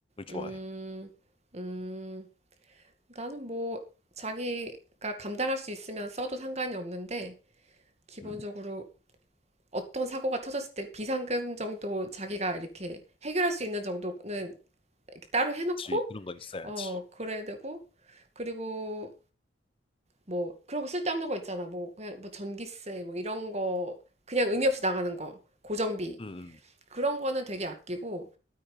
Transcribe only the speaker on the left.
좋아해.
음,
그치. 그런 건 있어야지.
음,